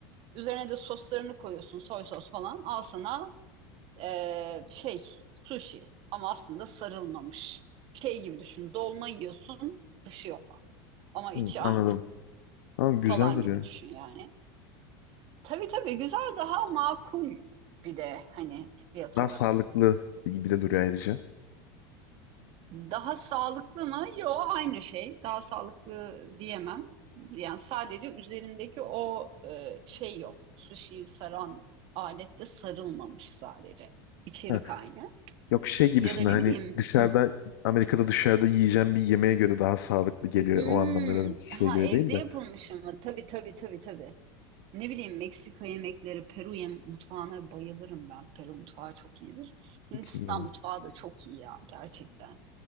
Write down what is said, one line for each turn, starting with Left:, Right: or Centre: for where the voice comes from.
Right: Üzerine de soslarını koyuyorsun. Soy sos falan. Al sana eee, şey sushi ama aslında sarılmamış. Şey gibi düşün. Dolma yiyorsun, dışı yok ama içi
Left: Hı,
Right: aynı
Left: Anladım. Ama güzel
Right: falan
Left: duruyor.
Right: gibi düşün yani. Tabii tabii güzel daha makul bir de hani fiyat
Left: daha
Right: olarak.
Left: sağlıklı gibi de duruyor ayrıca.
Right: Daha sağlıklı mı? Yo aynı şey. Daha sağlıklı diyemem. Yani sadece üzerindeki o e, şey yok. Sushi'yi saran alette sarılmamış sadece. İçerik
Left: Ha,
Right: aynı.
Left: yok şey gibisine
Right: Ya da ne
Left: hani
Right: bileyim.
Left: dışarıda
Right: <laughs>
Left: Amerika'da dışarıda yiyeceğim bir yemeğe göre daha sağlıklı geliyor.
Right: Hmm,
Left: O anlamda dedim şeye
Right: ha
Left: göre
Right: evde
Left: değil de.
Right: yapılmış ama tabii tabii tabii tabii. Ne bileyim Meksika yemekleri, Peru yem mutfağına bayılırım ben. Peru mutfağı çok iyidir.
Left: Çok
Right: Hindistan
Left: iyi yani.
Right: mutfağı da çok iyi ya gerçekten.